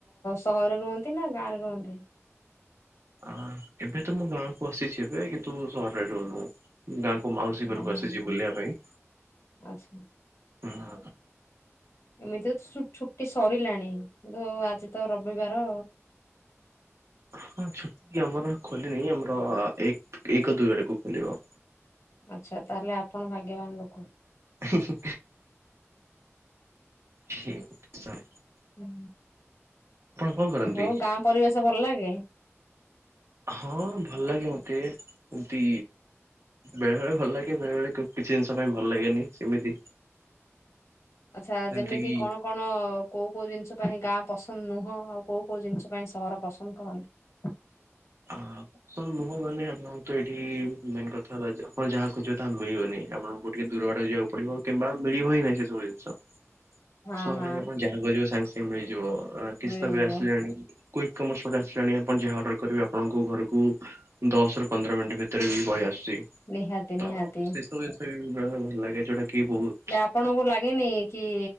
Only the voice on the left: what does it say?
ସହରରେ ରୁହନ୍ତି ନା ଗାଁରେ ରୁହନ୍ତି?
ଓହୋ
ଆଚ୍ଛା
ଏମିତି ରେ ଛୁଟି ସରିଲାଣି କିନ୍ତୁ ଆଜି ତ ରବିବାର।
ଆଚ୍ଛା ତାହେଲେ ଆପଣ ଭାଗ୍ୟବାନ ଲୋକ।
ହୁଁ।
ହଉ ଗାଁ ପରିବେଶ ଭଲ ଲାଗେ?
ଆଚ୍ଛା
ଯେମିତି
କଣ କଣ କୋଉ କୋଉ ଜିନିଷ ପାଇଁ ଗାଁ ପସନ୍ଦ ନୁହଁ ଆଉ କୋଉ କୋଉ ଜିନିଷ ପାଇଁ ସହର ପସନ୍ଦ କରନ୍ତି?
ହଁ
ହଁ
ମିଳିଯିବ
ନିହାତି
ନିହାତି
ହେଲେ ଆପଣଙ୍କୁ ଲାଗେନି କି